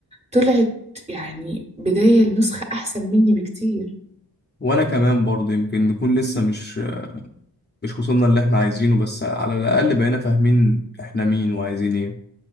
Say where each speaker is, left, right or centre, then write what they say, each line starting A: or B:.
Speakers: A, on the right; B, on the left.
A: طلعت يعني بداية لنسخة أحسن مني بكتير
B: وانا كمان برضه يمكن نكون لسه مش مش وصلنا اللي احنا عايزينه بس على الاقل بقينا فاهمين احنا مين وعايزين ايه